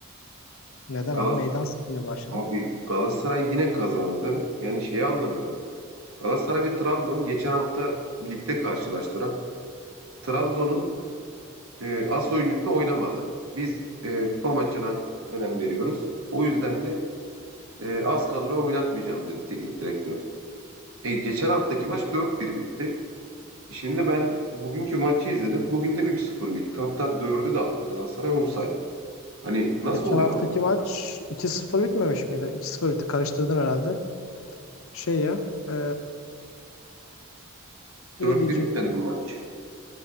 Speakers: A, on the left; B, on the right.
A: Neden
B: Galas
A: abi? Neyden sıkılmaya başladın?
B: abi Galatasaray yine kazandı. Yani şeyi anlamıyorum. Galatasaray ve Trabzon geçen hafta ligde karşılaştılar. Trabzon'un e, as oyuncusu oynamadı. Biz e, kupa maçına önem veriyoruz. O yüzden de e, az kadroya oynatmayacağım dedi teknik direktör. E, geçen haftaki maç dört bir bitti. Şimdi ben bugünkü maçı izledim. Bugün de üç sıfır bitti. Hatta dördü de attı Galatasaray offside. Hani nasıl
A: Geçen
B: oluyor
A: haftaki
B: abi bu?
A: maç iki sıfır bitmemiş miydi? 2 sıfır bitti. Karıştırdın herhalde. Şey ya e, ne
B: 4-1
A: diyecektim?
B: bitmedi mi maç?